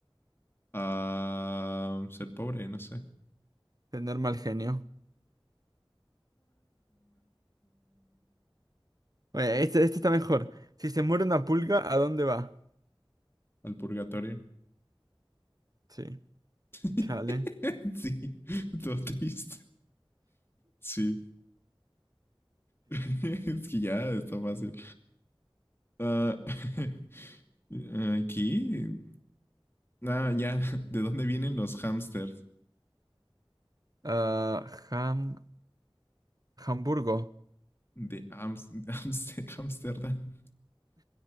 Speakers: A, on the left; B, on the right.
A: Ah, ser pobre, no sé.
B: Tener mal genio. Oye, este, este está mejor. Si se muere una pulga, ¿a dónde va?
A: Al purgatorio.
B: Sí,
A: <laughs>
B: chale.
A: Sí, todo triste. Sí. <laughs> Es que ya está fácil. Ah, <laughs> aquí. Ah, ya. ¿De dónde vienen los hamsters?
B: Ah, Ham... Hamburgo.
A: De Ams- de Amsterdam.